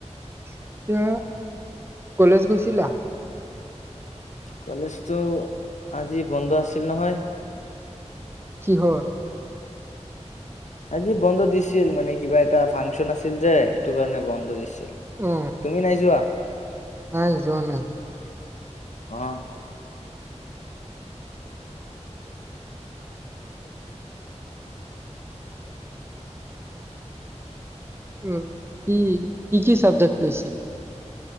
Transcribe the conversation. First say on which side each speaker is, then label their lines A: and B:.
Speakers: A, on the right; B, on the left.
A: <unintelligible> কলেজ গৈছিলা?
B: কলেজটো আজি বন্ধ আছিল নহয়?
A: কিহৰ?
B: আজি বন্ধ দিছিল মানে কিবা এটা ফাংচন আছিল যে। সেইটো কাৰণে বন্ধ দিছিল।
A: অ
B: তুমি নাই যোৱা?
A: নাই, যোৱা নাই।
B: অহ।
A: উম, কি? কি কি চাবজেক্ট লৈছা?